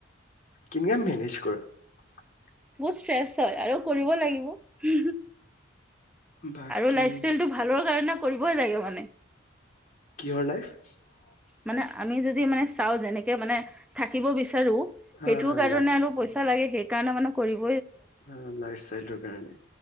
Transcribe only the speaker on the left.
কিনকা মেনেজ কৰা <unintelligible>
বাকী
কিহৰ লাইফ <unintelligible>
হা
হা
অ লাইফ ষ্টাইলৰ কাৰণে